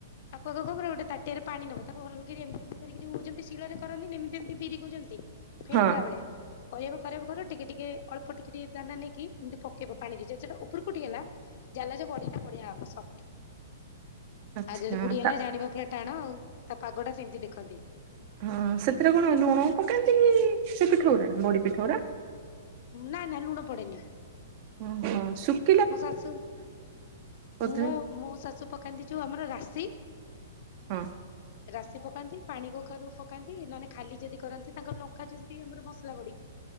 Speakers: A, on the left; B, on the right.
A: ତାକୁ ଆଗ କଣ କରିବ ଗୋଟେ ତାଟ ରେ ପାଣି ନେବ ତାକୁ ଭଲକିରି ଏମିତି ଏମିତି ଯେମିତି ଶିଳରେ କରନ୍ତିିନି ଏମତି ଏମତି ବିରିକୁ ଯେମିତି। ଫେଣିଲା
B: ହଁ
A: ଭଳିଆ କରିବ କରିବ କରିବ ଟିକେ ଟିକେ ଅଳ୍ପ ଟିକେ ଟିକେ ଦାନା ନେଇକି ଏମିତି ପକେଇବ ପାଣିରେ ଯଦି ସେଇଟା ଉପରକୁ ଉଠିଗଲା ଜାଣିଲ ଯେ ବଢିଟା ବଢିଆ ହବ ସଫ୍ଟ।
B: ଆଚ୍ଛା
A: ଆଉ ଯଦି ବୁଡୀ ଗଲା
B: ତା
A: ଜାଣିବ ପୁରା ଟାଣ ଆଉ। ତା ପାଗ ଟା ସେମିତି ଦେଖନ୍ତି।
B: ହଁ ସେଥିରେ କଣ ଲୁଣ ପକାନ୍ତି କି ସେ ପିଠଉ ରେ ବଡି ପିଠରେ?
A: ନା ନା ଲୁଣ ପଡେନି।
B: ହୁଁ ହଁ ସୁଖ
A: ମୋ ଶାଶୁ
B: ବୋଧେ
A: ମୁଁ ମୋ ଶାଶୁ ପକାନ୍ତି ଯୋଉ ଆମର ରାଶି।
B: ହଁ।
A: ରାଶି ପକାନ୍ତି ପାଣି କଖାରୁ ପକାନ୍ତି ନହେଲେ ଖାଲି ଯଦି କରନ୍ତି ତାଙ୍କର ଲଙ୍କା ଯେମିତି ଆମର ମସଲା ବଡି